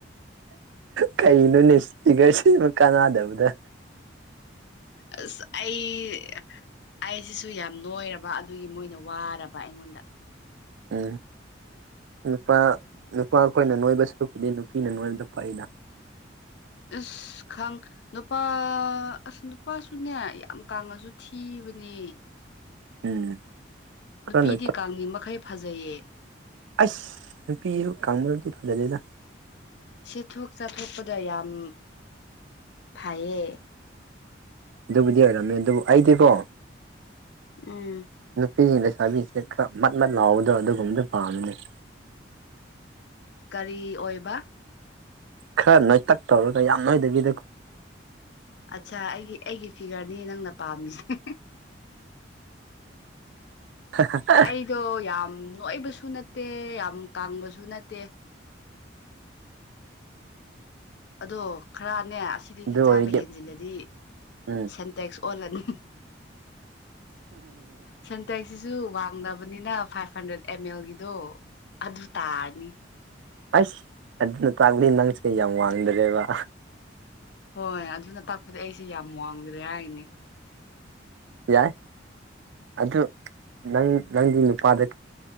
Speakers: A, on the right; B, on the left.
A: ꯀꯩꯅꯣꯅꯦ ꯐꯄꯤꯒꯔꯁꯕ ꯀꯅꯥꯗꯕꯗ
B: ꯑꯁ ꯑꯩ ꯑꯩꯁꯤꯁꯨ ꯌꯥꯝ ꯅꯣꯏꯔꯕ ꯑꯗꯨꯒꯤ ꯃꯣꯏꯅ ꯋꯥꯔꯕ ꯑꯩꯉꯣꯟꯗ
A: ꯎꯝ ꯅꯨꯄꯥ ꯅꯨꯄꯥ ꯑꯩꯈꯣꯏꯅ ꯅꯣꯏꯕ ꯁꯔꯨꯄꯨꯗꯤ ꯅꯨꯄꯤꯅ ꯅꯣꯏꯕꯗ ꯄꯥꯛꯏꯗ
B: ꯏꯁ ꯈꯪ ꯅꯨꯄꯥ ꯑꯁ ꯅꯨꯄꯥꯁꯨꯅꯦ ꯌꯥꯝ ꯀꯥꯡꯉꯁꯨ ꯊꯤꯕꯅꯦ
A: ꯎꯝ ꯈꯔ
B: ꯅꯨꯄꯤꯗꯤ
A: ꯅꯣꯏꯇꯛ
B: ꯀꯪꯉꯤ ꯃꯈꯩ ꯐꯖꯩꯌꯦ
A: ꯑꯁ ꯅꯨꯄꯤꯁꯨ ꯀꯥꯡꯕꯗꯤ ꯐꯖꯗꯦꯗ
B: ꯁꯦꯠꯊꯣꯛ ꯆꯥꯊꯣꯛꯄꯗ ꯌꯥꯝ ꯐꯩꯌꯦ
A: ꯑꯗꯨꯕꯨꯗꯤ ꯑꯣꯏꯔꯝꯃꯦ ꯑꯗꯨꯕꯨ ꯑꯩꯗꯤꯀꯣ
B: ꯎꯝ
A: ꯅꯨꯄꯤꯁꯤꯡ ꯂꯩꯁꯥꯕꯤꯁꯦ ꯈꯔ ꯃꯠ ꯃꯠ ꯂꯥꯎꯕꯗꯣ ꯑꯗꯨꯒꯨꯝꯕꯗꯨ ꯄꯥꯝꯃꯤ ꯂꯩ
B: ꯀꯔꯤ ꯑꯣꯏꯕ
A: ꯈꯔ ꯅꯣꯏꯇꯛ ꯇꯧꯔꯒ ꯌꯥꯝ ꯅꯣꯏꯗꯕꯤꯗ
B: ꯑꯠꯆꯥ ꯑꯩꯒꯤ ꯑꯩꯒꯤ ꯐꯤꯒꯔꯅꯤ ꯅꯪꯅ ꯄꯥꯝꯃꯤꯁꯦ <unintelligible>
A: <unintelligible>
B: ꯑꯩꯗꯣ ꯌꯥꯝ ꯅꯣꯏꯕꯁꯨ ꯅꯠꯇꯦ ꯌꯥꯝ ꯀꯥꯡꯕꯁꯨ ꯅꯠꯇꯦ ꯑꯗꯣ ꯈꯔꯅꯦ ꯑꯁꯤꯗꯒꯤ
A: ꯑꯗꯨ
B: ꯆꯥꯕ
A: ꯑꯣꯏꯔꯗꯤ
B: ꯍꯦꯟꯖꯤꯜꯂꯗꯤ
A: ꯎꯝ
B: ꯁꯦꯟꯇꯦꯛꯁ ꯑꯣꯜꯂꯅꯤ ꯁꯦꯟꯇꯦꯛꯁꯁꯤꯁꯨ ꯋ ꯐꯪꯕꯅꯤꯅ ꯐꯥꯏꯚ ꯍꯟꯗ꯭ꯔꯦꯗ ꯑꯦꯝ ꯑꯦꯜꯒꯤꯗꯣ ꯑꯗꯨ ꯇꯥꯔꯅꯤ
A: ꯑꯁ ꯑꯗꯨꯅ ꯇꯥꯛꯂꯤ ꯅꯪꯁꯨꯦ ꯀꯩ ꯌꯥꯝ ꯋꯥꯡꯗ꯭ꯔꯦꯕ
B: ꯍꯣꯏ ꯑꯗꯨꯅ ꯇꯥꯛꯄꯗꯤ ꯑꯩꯁꯦ ꯌꯥꯝ ꯋꯥꯡꯗ꯭ꯔꯦ ꯍꯥꯏꯅꯤ
A: ꯌꯥꯏ ꯑꯗꯨ ꯅꯪ ꯅꯪꯒꯤ ꯅꯨꯄꯥꯗ